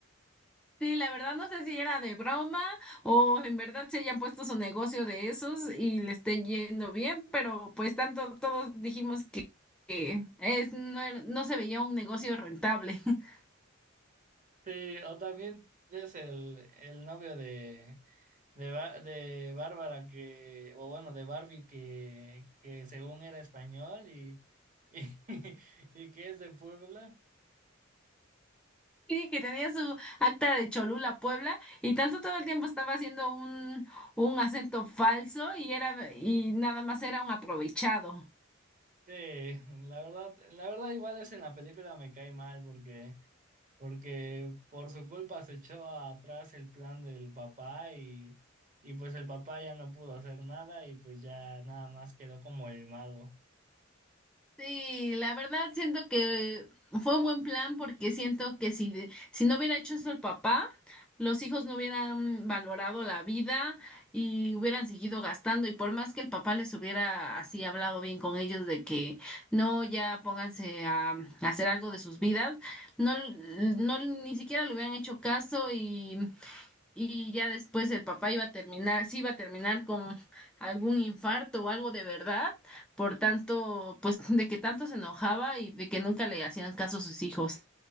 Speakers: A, in the centre; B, on the right.
A: Sí, la verdad no sé si era de broma o en verdad se hayan puesto su negocio de esos y le estén yendo bien, pero pues tanto todos dijimos que, que es, no, era- no se veía un negocio rentable. <laughs>
B: Sí, o también ves el, el novio de, de, Ba- de Bárbara que, o bueno, de Barbie que, que según era español y, y, <laughs> y que es de Puebla.
A: Sí, que tenía su acta de Cholula, Puebla, y tanto todo el tiempo estaba haciendo un, un acento falso y era y nada más era un aprovechado.
B: Sí, la verdad, la verdad igual es en la película me cae mal porque, porque por su culpa se echó atrás el plan del papá y, y pues el papá ya no pudo hacer nada y pues ya nada más quedó como el malo.
A: Sí, la verdad siento que fue un buen plan porque siento que si, de- si no hubiera hecho eso el papá, los hijos no hubieran valorado la vida y hubieran seguido gastando y por más que el papá les hubiera así hablado bien con ellos de que no, ya pónganse a, a hacer algo de sus vidas, no, no ni siquiera le hubieran hecho caso y, y ya después el papá iba a terminar, sí iba a terminar con algún infarto o algo de verdad por tanto, pues <laughs> de que tanto se enojaba y de que nunca le hacían caso a sus hijos.